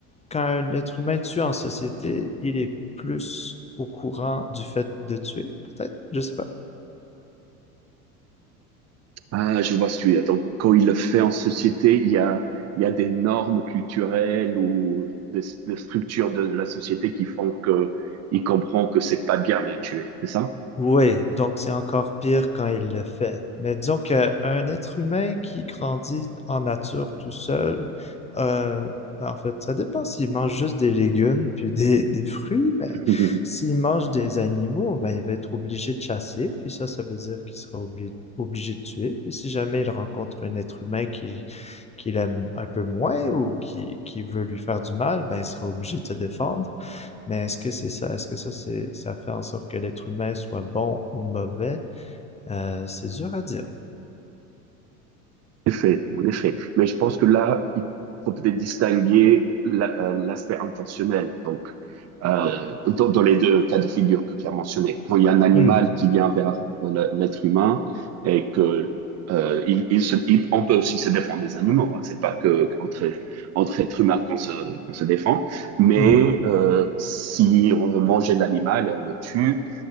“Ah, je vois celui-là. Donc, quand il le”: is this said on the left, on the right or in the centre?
Right